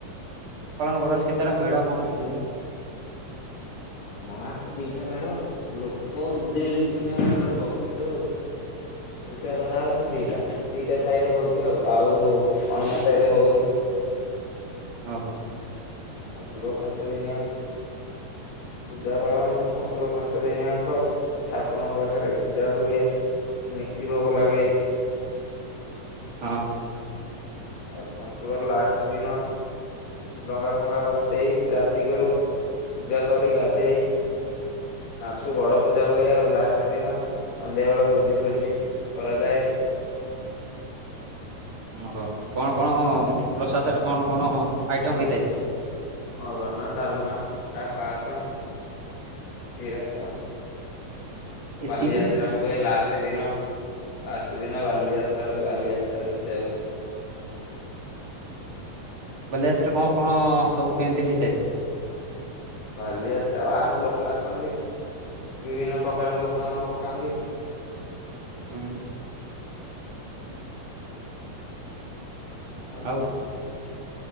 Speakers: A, on the right; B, on the left.
A: ଉଛି କେତେଟା ମେଢ କଣ କେମିତି?
B: ଆମ ଗାଁର ତ ଦିଟା ମେଢ। ଲୋକ ଦିରୁ ତିନି ହଜାର ଲୋକ କିନ୍ତୁ ପୂଜା କରାହଉଛି ଦିଟା ଦିଟା ସାହିରେ ହଉଛି। ଆଉ ଆଉ ଅନ୍ୟ ସାହିରେ ହଉନି।
A: ଓ ହୋ।
B: ପଞ୍ଚୁକ ପାଞ୍ଚ ଦିନିଆ ପୂଜା ପାଳନ ହୁଏ। ପଞ୍ଚୁକ ପାଞ୍ଚ ଦିନିଯାଙ୍କ ଠାକୁରଙ୍କ ପାଖରେ ପୂଜା ହୁଏ। ନୀତି ଭୋଗ ଲାଗେ।
A: ହଁ।
B: ଆଉ ପଞ୍ଚୁକର ଲାଷ୍ଟ ଦିନ ଡଙ୍ଗା ଫଙ୍ଗା ଭସେଇ। ରାତିକିରୁ ପୂଜା କରି ଗାଧେଇ ଆସୁ ବଡ ପୂଜା ହୁଏ। ଆଉ ଲାଷ୍ଟ ଦିନ ସନ୍ଧ୍ୟା ବେଳେ ଭୋଜି ଫୋଜି କରାଯାଏ।
A: ଓହୋ କଣ କଣ ପ୍ରସାଦରେ କଣ କଣ ଆଇଟମ ହେଇଥାଏ।
B: ଅରୁଆନ ଡାଲମା ଖଟା ପାସ। ଏଇରା ତ।
A: ଏତିକି
B: ବାଲିଯାତ୍ରା ହୁଏ ଲାଷ୍ଟ ଦିନ। ଲାଷ୍ଟ ଦିନ ବାଲିଯାତ୍ରା ହୁଏ ବାଲିଯାତ୍ରା ଦେଖି ଯାଉ।
A: ବାଲିଯାତ୍ରାର କଣ କଣ ସବୁ କେମିତି ହେଇଥାଏ?
B: ବାଲିଯାତ୍ରା ବାହାର ଲୋକ ଆସନ୍ତି। ବିଭିନ୍ନ ପ୍ରକାର ଦୋକାନ ପକାନ୍ତି।
A: ହୁଁ।
B: ଆଉକଣ।
A: ଆଉ